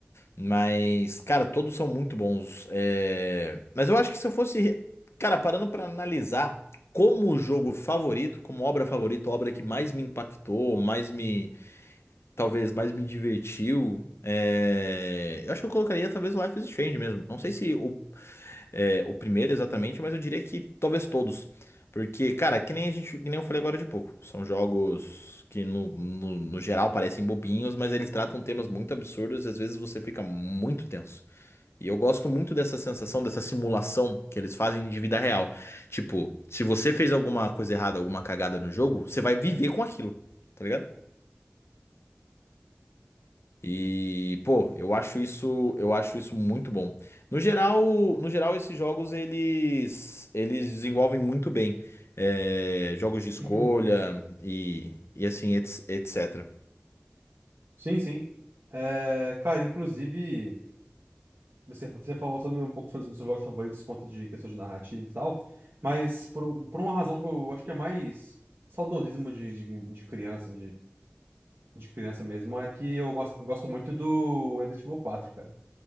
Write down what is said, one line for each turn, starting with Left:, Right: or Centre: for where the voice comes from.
Left: Mas, cara, todos são muito bons. É, Mas eu acho que se eu fosse, cara, parando pra analisar como jogo favorito, como obra favorita, obra que mais me impactou, mais me, talvez mais me divertiu, é, eu acho que eu colocaria talvez o Life is Strange mesmo. Não sei se o é, o primeiro exatamente, mas eu diria que talvez todos. Porque, cara, que nem a gente, que nem eu falei agora de pouco. São jogos que no, no, no geral parecem bobinhos, mas eles tratam temas muito absurdos e às vezes você fica muito tenso. E eu gosto muito dessa sensação, dessa simulação que eles fazem de vida real. Tipo, se você fez alguma coisa errada, alguma cagada no jogo, você vai viver com aquilo, tá ligado? E, pô, eu acho isso, eu acho isso muito bom. No geral, no geral esses jogos eles eles desenvolvem muito bem é, jogos de escolha
Right: <clears throat>
Left: e, e assim, ets- etc.
Right: Sim, sim. É, cara, inclusive, você, você falou sobre um pouco sobre os seus jogos favoritos por conta de questão de narrativa e tal, mas por, por uma razão que eu acho que é mais saudosismo de, de, de criança, de criança mesmo, é que eu gosto, gosto muito do Resident Evil quatro cara.